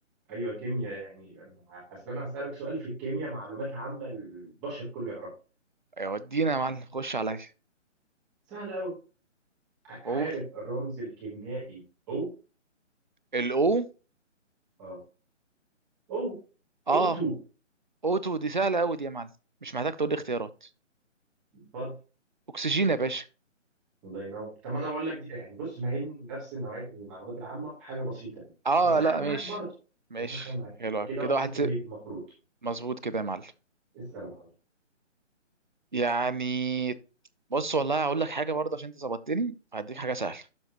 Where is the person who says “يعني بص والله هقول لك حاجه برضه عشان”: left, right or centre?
Right